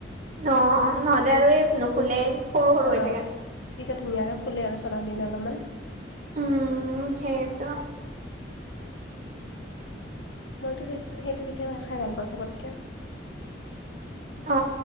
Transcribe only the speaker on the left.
অ',
তেতিয়া ধুনীয়াকে ফুলে আৰু চলা দিলে অলপমান।
মইতো সেই সেইটো পিঠা ন খাই ভাল পাওঁ চবতকে।